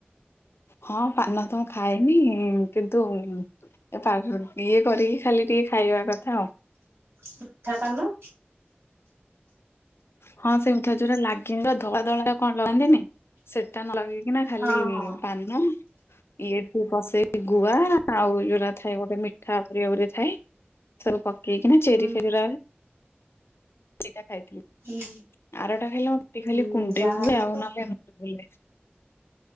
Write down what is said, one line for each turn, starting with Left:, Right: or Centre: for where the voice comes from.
Left: ହଁ ପାନ ତ ମୁଁ ଖାଇନି କିନ୍ତୁ ଏ ଇଏ କରିକି ଖାଲି ଟିକେ ଖାଇବା କଥା ଆଉ।
Right: ମିଠା ପାନ।
Left: ହଁ ସେଇ ମିଠା ଯୋଉଟା ଲାଗେନି ଧଳା ଧଳା କଣ ଲଗାନ୍ତିନି ସେଟା ନ ଲଗେଇି ନା ଖାଲି
Right: ହଁ ହଁ।
Left: ପାନ ଇଏଠି କସେଇକି ଗୁଆ ଆଉ ଯୋଉଟା ଥାଏ ଗୋଟେ ମିଠା ପରିକା ଗୋଟେ ଥାଏ ସବୁ ପକେଇକି ନା ଚେରି
Right: ହୁଁ
Left: ଫେରି ଦିଟା ଖାଇ ଥିଲି।
Right: ହୁଁ।
Left: ଆରଟା ଖାଇଲେ ମୋ ପାଟି ଖାଲି
Right: ହୁଁ
Left: କୁଣ୍ଡେଇ
Right: ଯାହାହେଲେ
Left: ହୁଏ
Right: ବି
Left: ଆଉ ନହେଲେ